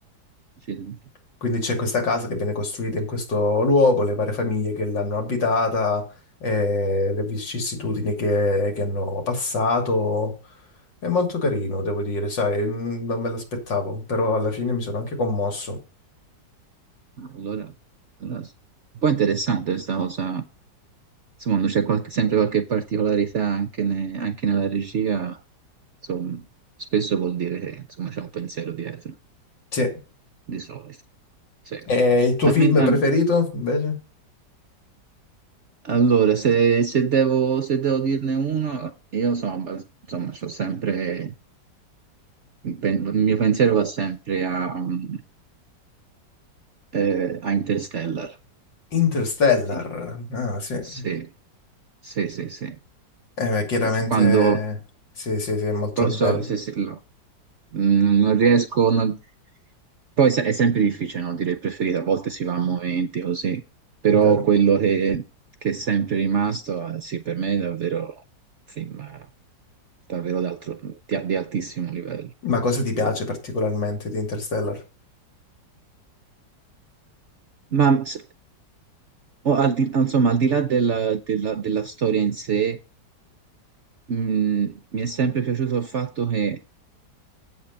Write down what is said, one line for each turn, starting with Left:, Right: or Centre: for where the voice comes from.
Right: Sì.
Left: Quindi c'è questa casa che viene costruita in questo luogo, le varie famiglie che l'hanno abitata, eh, le vicissitudini che, che hanno passato. È molto carino, devo dire, sai, mm, non me l'aspettavo, però alla fine mi sono anche commosso.
Right: Allora, allora, un po' interessante questa cosa. Insomma, quando c'è qualche- sempre qualche particolarità anche, ne- anche nella regia. Insomma, spesso vuol dire che insomma, c'è un pensiero dietro,
Left: Sì.
Right: di solito. Sì.
Left: E il tuo
Right: Ma
Left: film
Right: mi- ma-
Left: preferito, invece?
Right: allora, se, se devo, se devo dirne uno, io insomma, insomma, c'ho sempre, il, pen- il mio pensiero va sempre a, mm, eh, a Interstellar.
Left: Interstellar.
Right: sinceramente.
Left: Ah, sì. Eh,
Right: Sì, sì, sì, sì.
Left: beh, chiaramente
Right: Sincer- Quando
Left: sì, sì, sì, è molto
Right: proprio
Left: bello,
Right: se, se- lo- mm, non riesco, non- poi sai, è sempre difficile no, dire il preferito, a volte si va a momenti così, però
Left: è vero.
Right: quello che, che è sempre rimasto, eh, sì, per me è davvero un film eh, davvero d'altro- di, di altissimo livello.
Left: Ma cosa ti piace particolarmente di Interstellar?
Right: Ma s- o al di, insomma, al di là della, della- della storia in sé, mh, mi è sempre piaciuto il fatto che